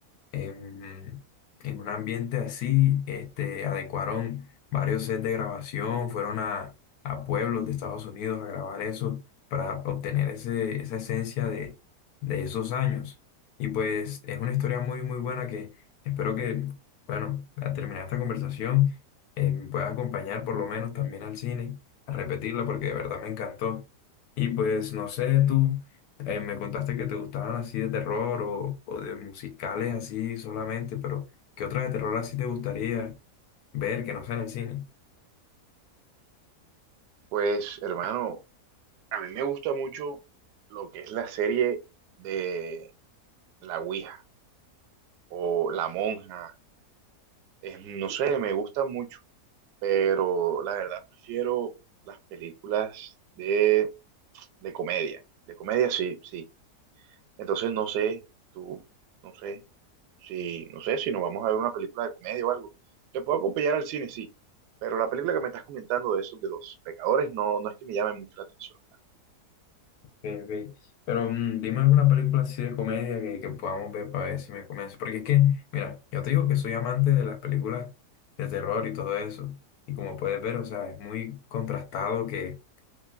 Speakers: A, on the left; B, on the right.
A: em, en un ambiente así, este, adecuaron varios sets de grabación, fueron a, a pueblos de Estados Unidos a grabar eso para obtener ese, esa esencia de, de esos años. Y pues es una historia muy, muy buena que espero que, bueno, al terminar esta conversación, eh, me puedas acompañar por lo menos también al cine, a repetirla porque de verdad me encantó. Y pues no sé, tú. Eh, me contaste que te gustaban así de terror o, o de musicales así solamente, pero ¿qué otra de terror así te gustaría ver que no sea en el cine?
B: Pues, hermano, a mí me gusta mucho lo que es la serie de La Ouija o La Monja. Es- no sé, me gusta mucho, pero la verdad prefiero las películas de de comedia. De comedia, sí, sí. Entonces no sé, tú, no sé, si, no sé, si nos vamos a ver una película de comedia o algo. Te puedo acompañar al cine, sí. Pero la película que me estás comentando de esos de los pecadores no, no es que me llame mucho la atención.
A: Ok, ok. Pero mm, dime alguna película así de comedia que, que podamos ver para ver si me convence. Porque es que, mira, yo te digo que soy amante de las películas de terror y todo eso. Y como puedes ver, o sea, es muy contrastado que